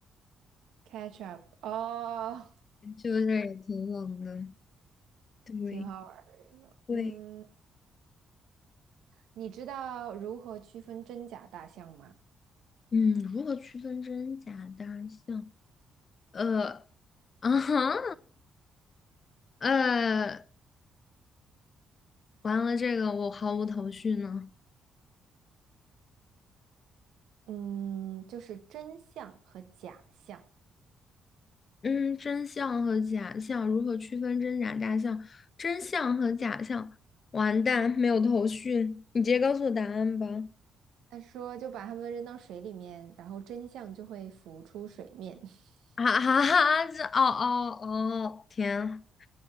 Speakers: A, on the right (about 65°); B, on the left (about 45°).
A: ，catch up，哦，
B: 就是也挺冷的，对。
A: 挺好玩的一个，
B: 对，
A: 嗯，你知道如何区分真假大象吗？
B: 嗯，如何区分真假大象？呃，啊哈，呃，完了，这个我毫无头绪呢。
A: 嗯，就是真相和假象。
B: 嗯，真相和假象如何区分真假大象？真相和假象，完蛋，没有头绪。你直接告诉我答案吧。
A: 他说，就把他们扔到水里面，然后真相就会浮出水面。<laughs>
B: 啊哈哈，这哦哦哦，天，